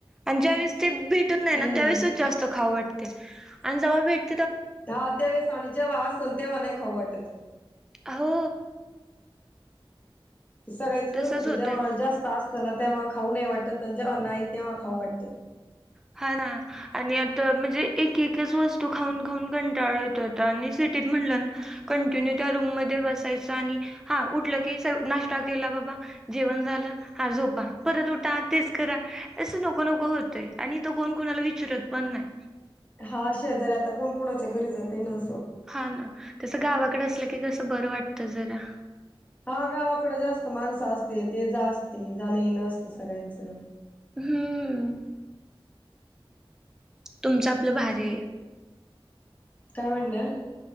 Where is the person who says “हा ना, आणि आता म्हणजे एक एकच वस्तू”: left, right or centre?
Centre